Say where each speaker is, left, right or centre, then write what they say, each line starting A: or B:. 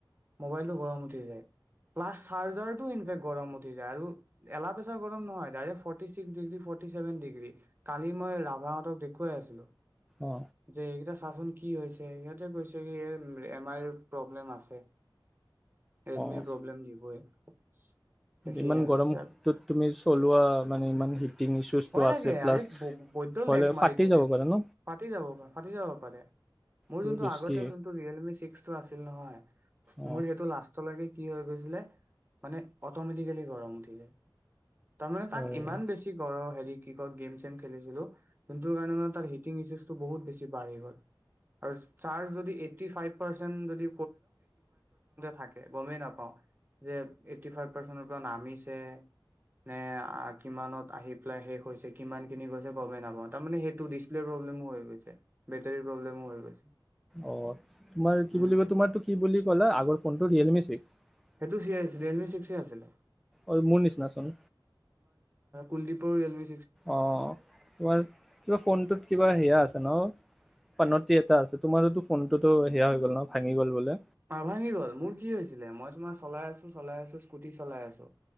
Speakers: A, on the right; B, in the centre.
A: মোবাইল গৰম উঠি যায় প্লাচ চাৰ্জাৰটো ইনফেক্ট গৰম উঠি যায় আৰু এলাপেচা গৰম নহয় direct forty six ডিগ forty seven degree কালি মই ৰাভাহঁতক দেখুৱাই আছিলো
B: অ
A: যে এইটা চা চোন কি হৈছে সিহঁতে কৈছে কি এম আইৰ প্ৰব্লেম আছে এডমিৰ
B: অ
A: প্ৰব্লেম দিবই <unintelligible> সেই
B: ইমান
A: আৰু
B: গৰমটোত
A: তাত
B: তুমি চলোৱা মানে ইমান হিটিং ইছ্যুজটো
A: ভয় লাগে
B: আছে প্লাছ
A: আৰে বৈ্দ
B: হ'লে
A: লেগ মাৰি
B: ফাটি
A: থাকে
B: যাব পাৰে ন
A: ফাটি যাব পা ফাটি যাব পাৰে মোৰ
B: বহুত
A: যোনটো
B: ৰিস্কি
A: আগতে যোনটো ৰিয়েল মি ছিক্স টু আছিল নহয়
B: অঁ
A: মোৰ সেইটো লাষ্টলৈকে কি হৈ গৈছিলে মানে অটমেটিকেলি গৰম উঠি যায় তাৰমানে তাক
B: অঁ
A: ইমান বেছি হেৰি কি ক গেম চেম খেলিছিলো কিন্ত কাৰণে হিটিং বহুত বেছি ভাল হৈ গল চাৰ্জ যদি এইটী ফাইভ পাৰ্চন যদি থাকে গমে নাপাও যে এইটী ফাইভ পাৰ্চনৰ পৰা নামিছে নে আৰু কিমান আহি পেলাই শেষ হৈছে কিমান কিনি গৈছে গব নাপাওঁ তাৰমানানে সেইটো ডিছপ্লেৰ প্ৰব্লেমো হৈ গৈছে বেটৰীৰ প্ৰব্লেমো হৈ গৈছে
B: অ তোমাৰ কি
A: উম
B: বুলি ক তোমাৰো কি বুলি ক'লা আগৰ ফোনটো ৰিয়েলমি ছিক্স
A: সেইটো ৰিয়েলমি ছিক্সে আছিলে
B: অ মোৰ নিচিনাচোন।
A: মন্দিপৰ ৰিলমি
B: অ তোমাৰ কিবা ফোনটোত কিবা সেয়া আছে। ন পানটি এটা আছ তোমাৰতো ফোনটো সেয়া হৈ গল ন ভাঙি গ'ল বলে
A: পা ভাঙি গল মোৰ কি হৈছিলে মই তোমাৰ চলাই আছো চলাই আছো স্কুটি চলাই আছো